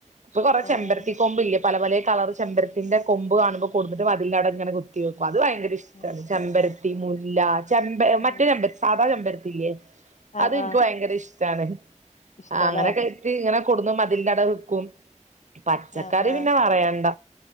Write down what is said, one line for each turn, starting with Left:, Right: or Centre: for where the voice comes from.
Right: ഇപ്പൊ കൊറെ
Left: ആഹ്
Right: ചെമ്പരത്തി കൊമ്പ് ല്ലേ പല പലെ കളറ് ചെമ്പരത്തിന്റെ കൊമ്പ് കാണുമ്പോ കൊടുന്നിട്ട് മതിലിന്റവിടെ ഇങ്ങനെ കുത്തി വെക്കും. അത് ഭയങ്കര ഇഷ്ടാണ്
Left: ഉം
Right: ചെമ്പര ത്തി മുല്ല ചെമ്പ മറ്റേ
Left: ആഹ്
Right: ചെമ്പ സാദാ ചെമ്പരത്തില്ലേ
Left: ആഹ്
Right: അത് നിക്ക്
Left: ആഹ്
Right: വയ് ക്ക് ഭയങ്കര ഇഷ്ടാണ്.
Left: ഇഷ്ടാല്ലേ
Right: ആഹ് അങ്ങനെക്കായിട്ട് ങ്ങനെ കൊടുന്നു മതിലന്റെവ്ടെ വെക്കും പച്ചക്കറി
Left: ആഹ് ആഹ്
Right: പിന്നെ പറയണ്ട.